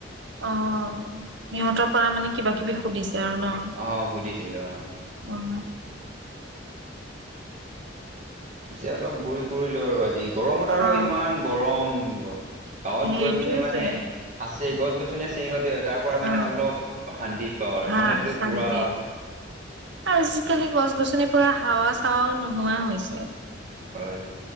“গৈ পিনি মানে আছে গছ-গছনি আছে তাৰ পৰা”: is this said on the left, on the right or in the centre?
Right